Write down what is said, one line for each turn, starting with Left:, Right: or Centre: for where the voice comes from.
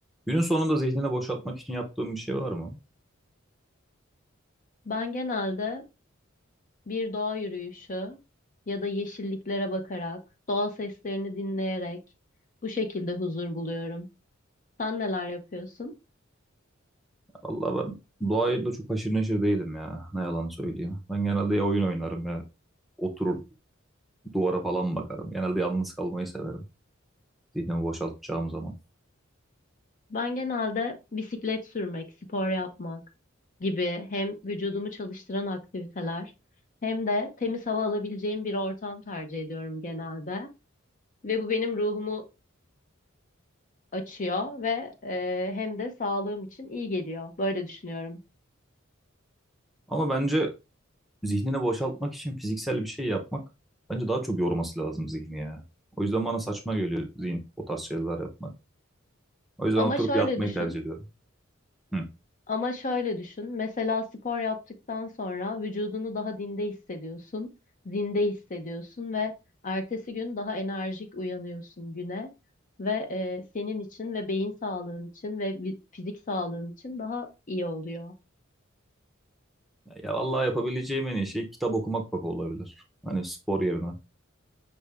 Centre: Günün sonunda zihnini boşaltmak için yaptığım bir şey var mı?
Left: Ben genelde bir doğa yürüyüşü ya da yeşilliklere bakarak, doğa seslerini dinleyerek bu şekilde huzur buluyorum. Sen neler yapıyorsun?
Centre: Allah ben doğayla çok haşır neşir değilim ya. Ne yalan söyleyeyim. Ben genelde ya oyun oynarım ya oturur duvara falan bakarım. Genelde yalnız kalmayı severim zihnimi boşaltacağım zaman.
Left: Ben genelde bisiklet sürmek, spor yapmak gibi hem vücudumu çalıştıran aktiviteler hem de temiz hava alabileceğim bir ortam tercih ediyorum genelde. Ve bu benim ruhumu açıyor ve eee, hem de sağlığım için iyi geliyor. Böyle düşünüyorum.
Centre: Ama bence zihnini boşaltmak için fiziksel bir şey yapmak bence daha çok yorması lazım zihni ya. O yüzden bana saçma geliyor zihin o tarz şeyler yapmak. O yüzden
Left: Ama
Centre: oturup
Left: şöyle
Centre: yatmayı
Left: düşün.
Centre: tercih ediyorum. Hı.
Left: Ama şöyle düşün. Mesela spor yaptıktan sonra vücudunu daha dinde hissediyorsun, zinde hissediyorsun ve ertesi gün daha enerjik uyanıyorsun güne ve e, senin için ve beyin sağlığın için ve vi- fizik sağlığın için daha iyi oluyor.
Centre: Ya vallahi yapabileceğim en iyi şey kitap okumak bak olabilir. Hani spor yerine.